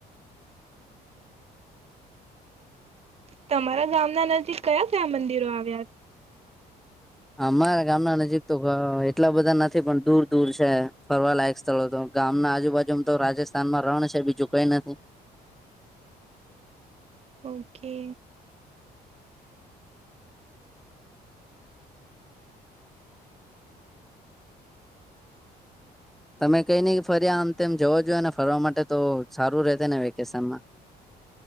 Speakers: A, on the right; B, in the centre.
A: તમારા ગામના નજીક કયા કયા મંદિરો આવ્યા છે?
B: અમારા ગામના નજીક તો ગ એટલા બધા નથી પણ દૂર દૂર છે, ફરવાલાયક સ્થળો તો. ગામના આજુબાજુમ તો રાજસ્થાનમાં રણ છે, બીજું કંઈ નથી.
A: ઓ કે.
B: તમે કઈ નહી ફર્યા આમ તેમ, જવા જોઈએ ને ફરવા માટે તો, સારું રહેશે ને વેકેશન માં?